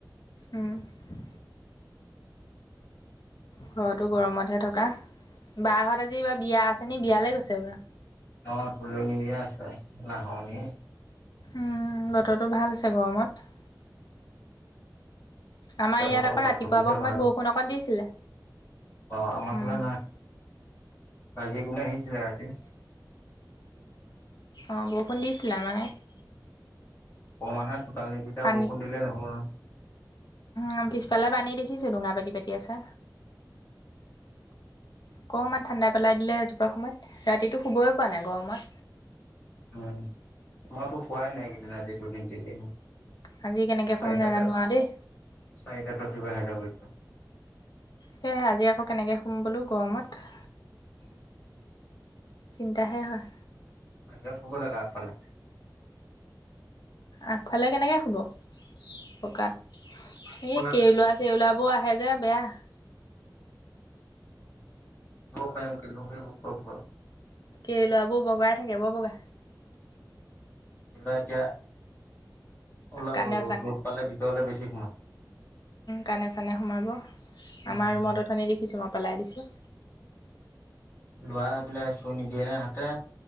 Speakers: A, on the left (about 65°); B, on the left (about 30°).
A: উম ঘৰতো গৰমতহে থকা বা হত আজি এই বিয়া আছে নি বিয়ালৈ গৈছে বুৰা
B: অ তুলনি বিয়া আছে নাহৰনি।
A: উম বতৰটো ভাল আছে গৰমত। আমাৰ
B: এতিয়া
A: ইয়াত
B: বতও
A: আকৌ
B: পাতিছে
A: ৰাতিপুৱা পোৱা সময়ত
B: ভ
A: বৰষুণ অকণ দিছিলে
B: অ আমাৰ
A: উম,
B: ফালে নাই কাজি গুম আহিছিলে ৰাতি
A: অ বৰষুণ দিছিলে আমাৰ ইয়াত
B: অকনমান চোতাল নিতিতা
A: পানী
B: বৰষুণ দিলে নহ'ব নহয়
A: উম পিছফালে পানী দেখিছো ডুঙা পাতি পাতি আছে অকমান ঠাণ্ডা পেলাই দিলে ৰাতিপুৱা সময়ত ৰাতিটো শুবই পোৱা নাই গৰমত।
B: উম, মই তো হোৱাই নাই একেইদিন আজি দুদিন তিনদিন
A: আজি কেনেকৈ
B: চাৰিটা
A: শুম নাজানো
B: তে
A: আৰু দেই
B: চাৰিটাতে উঠি বাহিৰলৈ গৈছোঁ
A: সেই আজি আকৌ কেনেকৈ শুম বোলো গৰমত
B: অ
A: চিন্তাহে হয়।
B: বাহিৰত শুব লাগে আগফালে
A: আগফালে কেনেকে শুব পকাত,
B: শুব
A: এই
B: লাগে
A: কেলোৱা চেওলাবোৰ আহে হে যে বেয়া <unintelligible>
B: প এম কল হ <unintelligible>
A: কেৰুলোৱাবোৰ বগাই থাকে বৰ বগা
B: এতিয়া ওলাব
A: কাণে
B: ৰ'দ ৰ'দ পালে ভিতৰলে বেছি কে কোমাৰ <unintelligible>
A: কানে চানে সোমাব,
B: উম
A: আমাৰ ৰুমত অথনি দেখিছোঁ মই পেলাই দিছোঁ।
B: লৰা হৈ পেলাই চুৰ নিদিয়ে নে হাতে